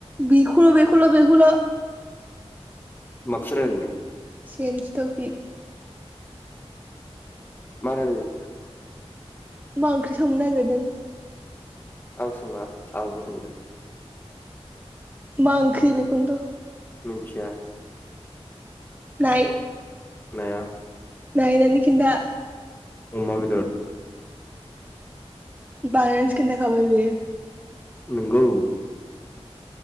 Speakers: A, on the right; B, on the left.
A: बिखोल' बिखोल' बिखोल'
B: माखौथो रायलायनो
A: सेन्स टफिक
B: मा रायलानो?
A: मा ओंख्रि संनो नागिरदों?
B: आं सङा जा आब'आ सोंगोन।
A: मा आंख्रि बेखौनोथ'
B: मिनथिया
A: नाय।
B: नाया
A: नायनानै‌ खिनथा
B: अमा बेदर
A: बास खोनथा खाबाय बियो
B: नोंगौ